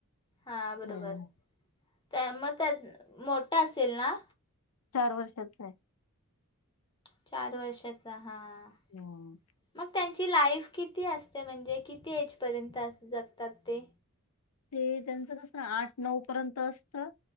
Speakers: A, on the left (about 20°); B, on the left (about 85°).
A: हा बरोबर.
B: हं.
A: त्या... मग... त्या... मोठा असेल ना?
B: चार वर्षाचा ए.
A: चार वर्षाचा... हां...
B: हं.
A: मग? त्यांची लाईफ किती असते? म्हणजे... किती एजपर्यंत असं जगतात ते?
B: ते त्यांच कसं... आठ नऊ पर्यंत असतं...